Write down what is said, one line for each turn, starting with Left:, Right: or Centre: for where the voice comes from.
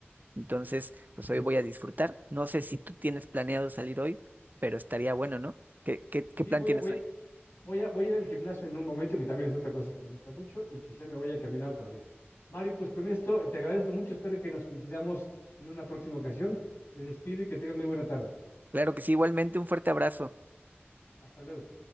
Right: entonces pues hoy voy a disfrutar. No sé si tú tienes planeado salir hoy, pero estaría bueno, ¿no? ¿Qué, qué, qué
Left: Sí,
Right: plan
Left: voy
Right: tienes
Left: a, voy,
Right: hoy?
Left: Voy a, voy a ir al gimnasio en un momento, que también es otra cosa que me gusta mucho, y quizá me vaya a caminar otra vez. Mario, pues con esto te agradezco mucho, espero que nos coincidamos en una próxima ocasión. Me despido y que tengan muy buena tarde.
Right: Claro que sí, igualmente un fuerte abrazo.
Left: Hasta luego.